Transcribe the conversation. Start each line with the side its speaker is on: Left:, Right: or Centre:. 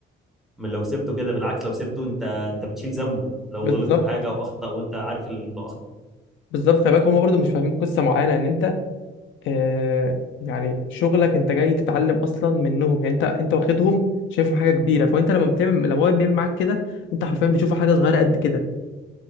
Centre: من لو سبته كده بالعكس لو سبته انت انت بتشيل ذنبه لو
Left: بالظبط
Centre: غلط في حاجة او اخطأ وانت عارف انه اخطأ
Left: بالظبط خلي بالك هما برضه مش فاهمين قصة معينة ان انت آه يعني شغلك انت جاي تتعلم اصلا منهم يعني انت انت واخدهم شايفهم حاجة كبيرة فانت لما بتعمل لما هو بيعمل معاك كده انت حرفيا بتشوف حاجة صغيرة قد كده